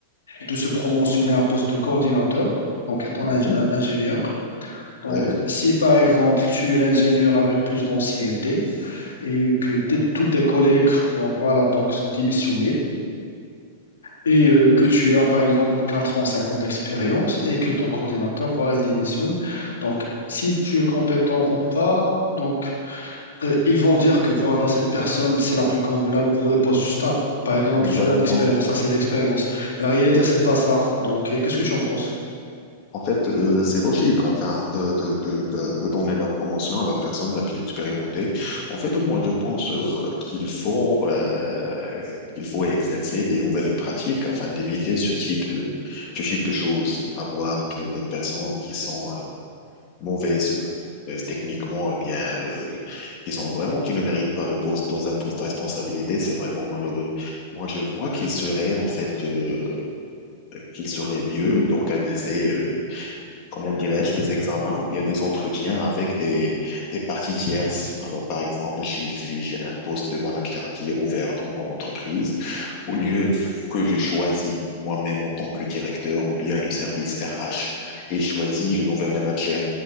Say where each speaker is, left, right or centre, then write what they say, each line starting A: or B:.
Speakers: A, on the left; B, on the left.
A: de se promotionner à un poste de coordinateur, donc étant
B: Mhm.
A: un ingé- un ingénieur. Donc,
B: Ouais,
A: si par exemple tu es l'ingénieur avec plus d'ancienneté et que t'es- tous tes collègues donc, voilà, donc, sont démissionnés et euh, que tu as par exemple 4 ans, 5 ans d'expérience et que ton coordinateur voilà, il démissionne, donc si tu es compétent ou pas, donc euh, ils vont dire que voilà, cette personne c'est la plus convenable pour le poste. Juste à- par exemple,
B: exactement.
A: tu as l'expérience, assez d'expérience. La réalité, c'est pas ça. Donc, euh, qu'est-ce que tu en penses?
B: En fait, euh, c'est logique, enfin, de, de, de, de, de donner la promotion à la personne la plus expérimentée. En fait, moi, je pense euh, qu'il faut euh, qu'il faut exercer des nouvelles pratiques afin d'éviter ce type de ce type de choses, avoir de- des personnes qui sont euh, mauvaises, euh, mauvaises techniquement, eh bien, euh, qui sont vraiment qui ne méritent pas le poste dans un poste de responsabilité, c'est vraiment malheureux. Moi, je vois qu'il serait en fait euh, qu'il serait mieux d'organiser. euh, comment dirais-je, des examens ou bien des entretiens avec des, des parties tierces. Alors, par exemple, si, si j'ai un poste de manager qui est ouvert dans mon entreprise, au lieu que je choisis moi-même en tant que directeur ou bien le service RH, et je choisis le nouvel manager